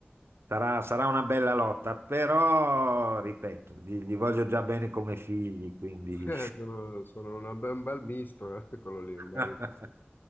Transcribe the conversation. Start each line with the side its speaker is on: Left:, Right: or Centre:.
Right: Sarà, sarà una bella lotta, però, ripeto, gli, gli voglio già bene come figli, quindi...
Left: Eh, sono, sono una be- un bel misto, eh, <laughs> quello lì, un
Right: <laughs>
Left: bel,